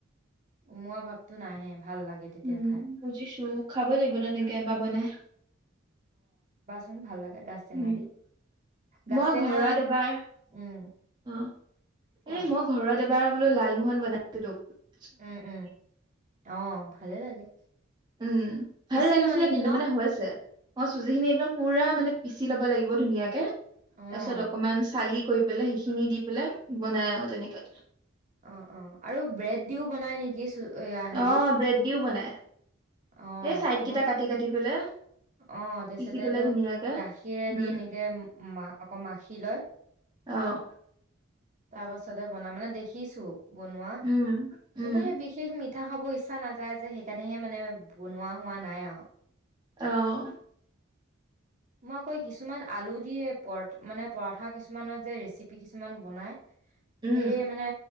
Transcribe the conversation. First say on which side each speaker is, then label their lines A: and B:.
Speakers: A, on the right; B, on the right.
A: উমোৱা ভাপটো নাহে ভাল লাগে তেতিয়া
B: উম
A: খাই।
B: বুজিছো খাব লাগিব ন তেনেকে এবাৰ বনাই
A: ন ভাল লাগে। গাজ টেঙা
B: উম'মই
A: দি গাজ টেঙা
B: ঘৰত এবাৰ
A: উম
B: অ'এই
A: কোৱা
B: মই ঘৰত এবাৰ- বোলো লালমোহন বনা <unintelligible>
A: উম উম অ ভালেই লাগে
B: উম ভাল
A: পিচি
B: লাগিছিলে
A: লয় নেকি
B: কিন্তু
A: ন?
B: মানে হৈছে অ চুজি খিনি একদম পুৰা মানে পিচি ল'ব লাগিব ধুনীয়াকে
A: অ',
B: তাৰ পিছত অকমান চালি- কৰি পেলে সেইখিনি দি পেলাই বনাই আৰু তেনেকে
A: অ-অ আৰু ব্ৰেড দিও বনাই নেকি চৈয়া হেৰি?
B: অ ব্ৰেড দিও বনাই
A: অ'
B: এই চাইড
A: মই
B: কেইটা কাটি কাটি পেলাই
A: অ' তাৰপিছতেটো
B: পিচি পেলাই ধুনীয়াকে
A: গাখৰেদি
B: উম
A: এনেকে মা অকৌ মাখি লয়।
B: অঁ,
A: তাৰ পাছতে বনাম মানে দেখিছো। বনোৱা
B: উম উম
A: কিন্তু সেই বিশেষ মি পিঠা খাবলৈ ইচ্ছা নাযায় যে সেইকাৰণেহে মানে- বনোৱা হোৱা নাই আৰু।
B: অহ'
A: ম কৈ কিছুমান আলু দিয়ে। পৰ মানে, পৰঠা কিছুমানৰ যে ৰেচিপি কিছুমান বনায়।
B: উম
A: সেই মানে